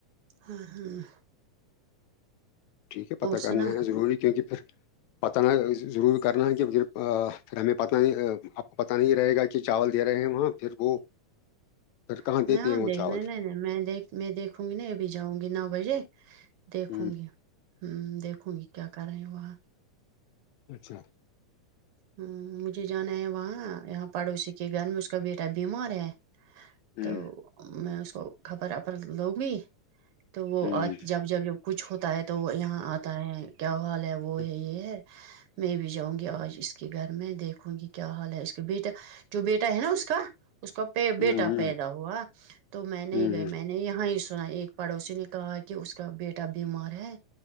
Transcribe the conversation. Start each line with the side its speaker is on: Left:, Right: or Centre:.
Right: ہاں ہاں
Left: ٹھیک ہے پتا
Right: اور سنا
Left: کرنا ہے ضروری کیونکہ پھر پتہ نہ ضرور کرنا ہے کہ پھر پھر ہمیں پتہ نہیں آپ کو پتہ نہیں رہے گا کہ چاول دے رہے ہیں وہاں پھر وہ پھر کہاں
Right: نہیں
Left: دیتے
Right: ہم
Left: ہیں وہ
Right: دیکھ
Left: چاول
Right: نہیں نہیں میں دیکھ میں دیکھوں گی ن ابھی جاؤں گی نو بجے دیکھوں
Left: ہوں
Right: گی ہوں دیکھوں گی کیا کر رہے ہیں وہاں
Left: اچھا
Right: ہ مجھے جانا ہے وہاں یہاں پڑوسی کے گھر میں اس کا بیٹا بیمار ہے
Left: ہوں
Right: تو میں اس کو خبر اپر لوں گی تو وہ
Left: ہوں
Right: جب جب ج کچھ ہوتا ہے تو وہ یہاں آتا ہے کیا حال ہے وہ
Left: ہوں
Right: ہے یہ ہے میں بھی جاؤں گی آج اس اس کے گھر میں دیکھوں گی کیا حال ہے اس کا بیٹا جو بیٹا ہے نا اس کا اس کا پ
Left: ہوں
Right: بیٹا
Left: ہوں
Right: پیدا ہوا تو میں نہیں
Left: ہوں
Right: گئی میں نے یہاں ہی سنا ایک پڑوسی نے کہا کہ اس کا بیٹا بیمار ہے